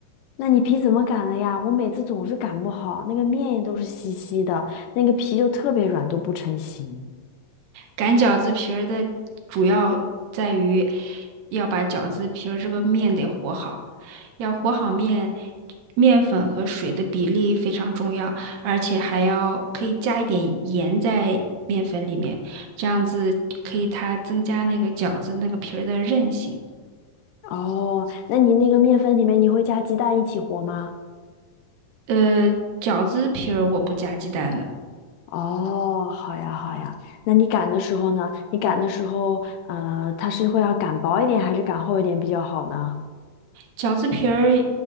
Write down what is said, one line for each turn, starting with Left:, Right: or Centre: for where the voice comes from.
Left: 那你皮怎么擀的呀？我每次总是擀不好，那个面也都是稀稀的，那个皮就特别软，都不成形。
Right: 擀饺子皮儿的主要在于要把饺子皮儿这个面得和好，要和好面，面粉和水的比例非常重要，而且还要可以加一点盐在面粉里面，这样子可以它增加那个饺子的那个皮儿的韧性。
Left: 哦，那你那个面粉里面你会加鸡蛋一起和吗？
Right: 呃，饺子皮儿我不加鸡蛋的。
Left: 哦，好呀，好呀。那你擀的时候呢？你擀的时候，呃，它是会要擀薄一点还是擀厚一点比较好呢？
Right: 饺子皮儿，